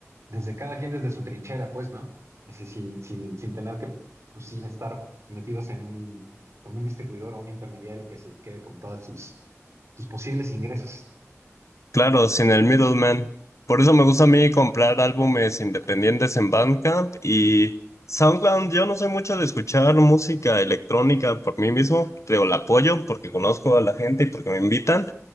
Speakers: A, on the right; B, on the left.
A: desde cada quien desde su trinchera, pues, ¿no? Ese, sin, sin, sin tener que, pues sí, estar metidos en un, con un distribuidor o un intermediario que se quede con todos sus, sus posibles ingresos.
B: Claro, sin el middleman. Por eso me gusta a mí comprar álbumes independientes en Bandcamp y SoundCloud. Yo no soy mucho de escuchar música electrónica por mí mismo, pero la apoyo porque conozco a la gente y porque me invitan.